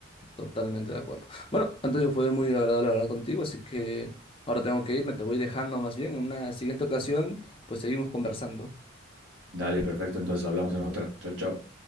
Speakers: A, on the left (about 30°); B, on the right (about 75°).
A: Totalmente de acuerdo. Bueno, Antonio, fue muy agradable hablar contigo, así que ahora tengo que irme, te voy dejando más bien. En una siguiente ocasión, pues seguimos conversando.
B: Dale, perfecto. Entonces hablamos en otra. Chao, chao.